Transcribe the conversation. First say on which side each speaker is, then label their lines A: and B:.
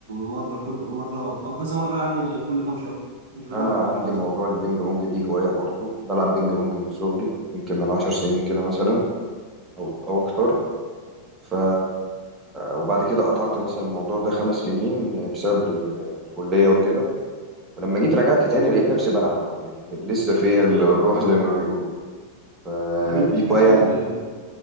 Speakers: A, on the right (about 55°); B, on the right (about 20°).
A: مرة كل مرة أو كذا مرة يعني كل كام شهر مش بلعب
B: انا عندي
A: منتظم
B: موضوع البينج بونج دي هواية برضو بلعب بينج بونج من صغري يمكن من عشر سنين كده مثلا او او اكتر ف وبعد كده قطعت مثلا الموضوع ده خمس سنين بسبب ال- الكلية وكده ولما جيت رجعت تاني لقيت نفسي بلعب يعني ل- لسه فيا ال- الروح زي ما بيقولوا فدي
A: طب أنت شايف
B: هواية
A: عندك